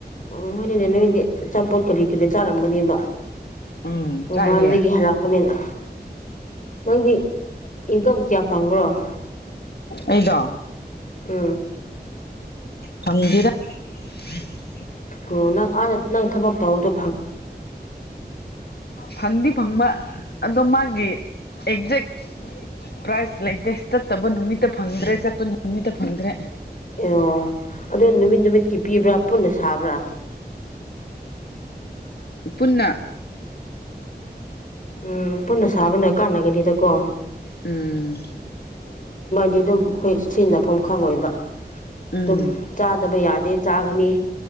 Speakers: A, on the left; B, on the left.
A: ꯑꯣ ꯍꯣꯏꯅꯦ ꯅꯣꯏꯗꯤ ꯑꯆꯥꯄꯣꯠ ꯀꯔꯤ ꯀꯔꯤ ꯆꯥꯔꯝꯒꯅꯦꯕ
B: ꯎꯝ
A: ꯗꯨꯀꯥꯟꯗꯒꯤ
B: ꯆꯥꯏꯌꯦ
A: ꯍꯜꯂꯛꯄꯅꯤꯅ ꯅꯪꯗꯤ ꯏꯟꯀꯝ ꯀꯌꯥ ꯐꯪꯕ꯭ꯔꯣ
B: ꯑꯩꯗꯣ
A: ꯎꯝ
B: ꯐꯪꯗ‌ꯦꯗꯥ <inaudible>
A: ꯀꯣꯔꯣꯅꯪ ꯑꯥꯗ ꯅꯪ ꯊꯕꯛ ꯇꯧꯕꯗ‌ꯣ
B: ꯐꯪꯗꯤ ꯐꯪꯕ ꯑꯗꯣ ꯃꯥꯒꯤ ꯑꯦꯛꯖꯦꯛ ꯄ꯭ꯔꯥꯏꯁ ꯂꯩꯇꯦ ꯆꯠꯠꯇꯕ ꯅꯨꯃꯤꯠꯇ ꯐꯪꯗ꯭ꯔꯦ ꯆꯠꯄ ꯅꯨꯃꯤꯠꯇ ꯐꯪꯗ꯭ꯔꯦ
A: ꯑꯣ ꯑꯗꯨ ꯅꯨꯃꯤꯠ ꯅꯨꯃꯤꯠꯀꯤ ꯄꯤꯕ꯭ꯔꯥ ꯄꯨꯟꯅ ꯁꯥꯕ꯭ꯔꯥ
B: ꯄꯨꯟꯅ
A: ꯎꯝ ꯄꯨꯟꯅ ꯁꯥꯕꯅ ꯀꯥꯟꯅꯒꯅꯤꯗꯀꯣ
B: ꯎꯝ
A: ꯗꯤ ꯑꯗꯨꯝ ꯑꯩꯈꯣꯏ ꯁꯤꯖꯤꯟꯅꯐꯝ ꯈꯪꯉ‌ꯣꯏꯕ
B: ꯎꯝ
A: ꯑꯗꯨꯝ ꯆꯥꯗꯕ ꯌꯥꯗꯦ ꯆꯥꯒꯅꯤ